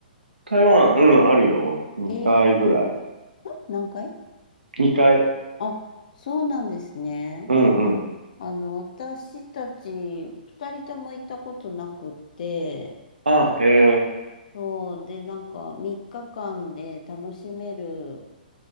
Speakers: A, on the right; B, on the left.
A: 台湾、うん、あるよ。2回ぐらい。
B: えー、ん何回
A: 2回。
B: あ、そうなんですね。
A: うんうん。
B: あの、私たち二人とも行ったことなくって、
A: あ、へえ。
B: そう、で、なんか3日間で楽しめる